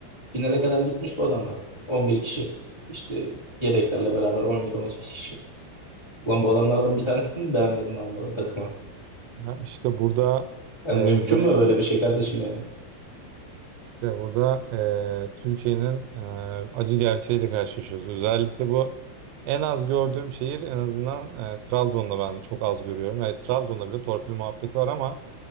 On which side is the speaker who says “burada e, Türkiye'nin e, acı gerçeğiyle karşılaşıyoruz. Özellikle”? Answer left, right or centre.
Right